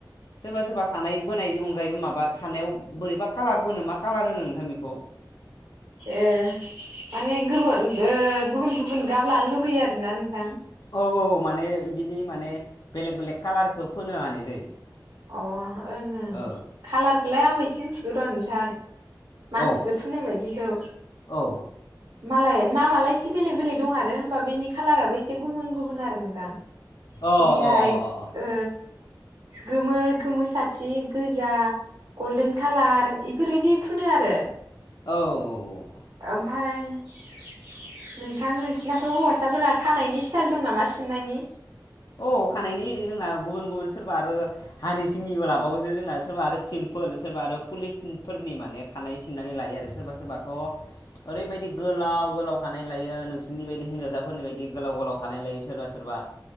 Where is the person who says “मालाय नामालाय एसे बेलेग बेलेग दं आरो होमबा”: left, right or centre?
Right